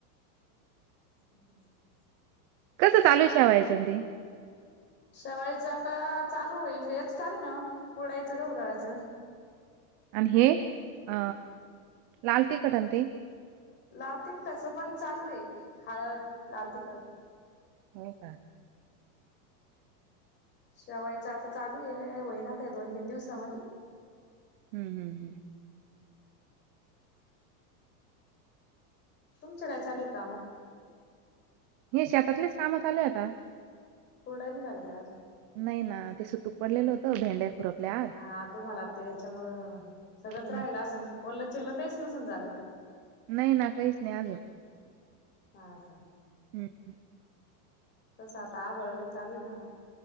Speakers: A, on the left; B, on the right.
A: <inaudible>
B: कसं चालू आहे शेवयाचं ते?
A: शेवायाचं आता चालू होईल ते याच चालू आहे ना कुरडईच गहू दळायचं.
B: आणि हे अ लाल तिखट अन् ते?
A: लाल तिखटाच पण चालू आहे. हळद, लाल तिखट.
B: होय का?
A: शेवाईच आता चालू आहे, होईना ते या दोन तीन दिवसामध्ये.
B: हम् हम्.
A: तुमचे काय चालू आहे कामं?
B: ही शेतातलीच कामं चालू आहेे आता.
A: कुरडया नाही झाल्या का अजून?
B: नाही ना, ते सुतूक पडलेलं होतं, भेंड्या खुरपल्या आज.
A: हा तुम्हांला ते हेच्यामुळं सगळंच राहिलं
B: हं.
A: असनं? ओल्लं चिल्लं काहीच नसनं झालं?
B: नाही ना, काहीच नाही अजून.
A: हा का.
B: हम्
A: तस आता आभाळा आलं, चालू आहे ना.